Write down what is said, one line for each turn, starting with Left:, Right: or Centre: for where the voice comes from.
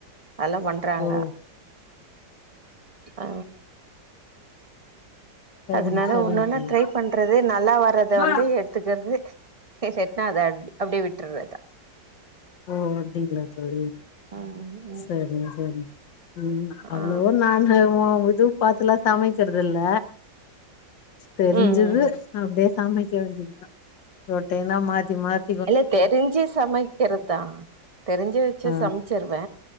Right: அதெல்லா பண் றாங்க
Left: ஓ
Right: அ
Left: சரிங்
Right: அதனால
Left: சரிங்
Right: ஒன்னொன்னா
Left: தோழி
Right: ட்ரைப் பண்றது நல்லா வர்றத
Left: ஓ
Right: வந்து எடுத்துக்கிறது பே செட்னா அத அப்டே விட்றது
Left: ஓ அப்டிங்ளா தோழி
Right: ம் ம்
Left: சரிங் சரிங் ம் அவ்ளோவு
Right: ஆ
Left: நான்லா இது பாத்துலா சமைக்கறது இல்ல தெரிஞ்சிது
Right: ம் ம்
Left: அப்டே சமைக்க வேண்டி தா ரொட்டீனா மாத்தி மாத்
Right: இல்ல தெரிஞ்சு சமைக்கிறதா தெரிஞ்சு வச்சு
Left: ஆ
Right: சமை செர்வ